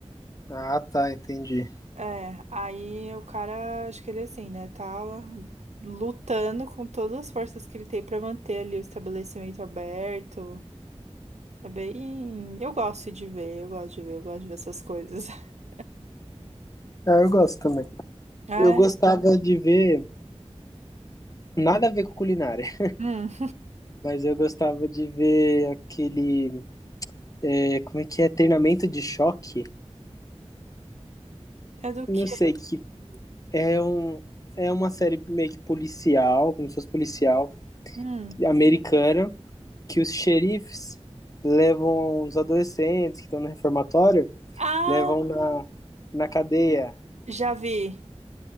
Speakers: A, on the left; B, on the right.
A: ah, tá, entendi.
B: É, aí o cara, acho que ele assim, né, tá lutando com todas as forças que ele tem pra manter ali o estabelecimento aberto. É bem. Eu gosto de ver, eu gosto de ver, eu gosto de ver essas coisas. <laughs>
A: Ah, eu gosto também.
B: É?
A: Eu gostava de ver, nada a ver com culinária, <laughs>
B: Hum.
A: mas eu gostava de ver aquele é, como é que é? Treinamento de choque?
B: É do quê?
A: Não sei, que é, um, é uma série meio que policial, como se fosse policial,
B: Hum.
A: americana, que os xerifes levam os adolescentes que estão no reformatório,
B: Ah!
A: levam na, na cadeia.
B: Já vi.